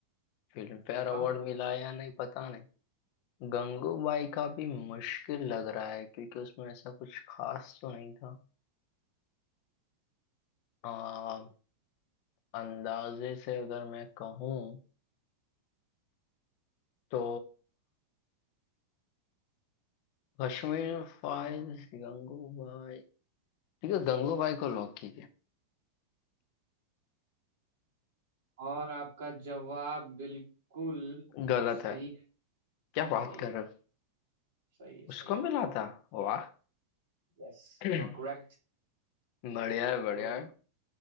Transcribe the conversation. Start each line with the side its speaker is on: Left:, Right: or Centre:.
Left: फिल्म फेयर अवार्ड
Right: हाँ
Left: मिला है या नहीं पता नहीं गंगूबाई का भी मुश्किल लग रहा है क्योंकि उसमें ऐसा कुछ खास तो नहीं था आ, अंदाजे से अगर मैं कहूँ तो कश्मीर फाइल्स गंगूबाई ठीक है गंगूबाई को लॉक कीजिए
Right: और आपका जवाब बिल्कुल
Left: गलत
Right: सही
Left: है
Right: है
Left: क्या बात
Right: सही
Left: कर
Right: है
Left: रहे हो
Right: सही है
Left: उसको
Right: सही है
Left: मिला था वाह
Right: यस
Left: <clears throat>
Right: You are correct
Left: बढ़िया है बढ़िया
Right: चलो
Left: है